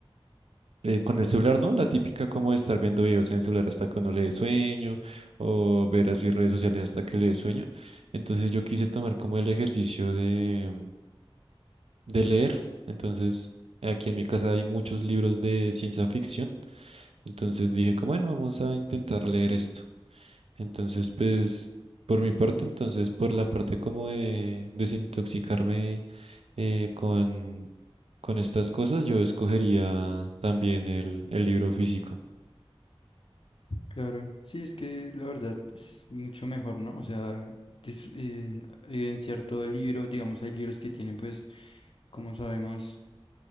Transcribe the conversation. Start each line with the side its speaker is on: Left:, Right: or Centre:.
Right: eh, con el celular, ¿no? La típica como de estar viendo videos en el celular hasta que uno le dé sueño o ver así redes sociales hasta que le dé sueño. Entonces yo quise tomar como el ejercicio de, de leer. Entonces aquí en mi casa hay muchos libros de ciencia ficción. Entonces dije, como bueno, vamos a intentar leer esto. Entonces, pues, por mi parte, entonces, por la parte como de desintoxicarme eh, con, con estas cosas, yo escogería también el, el libro físico.
Left: Claro, sí, es que la verdad es mucho mejor, ¿no? O sea, dis- eh, evidenciar todo el libro, digamos, hay libros que tienen, pues, como sabemos,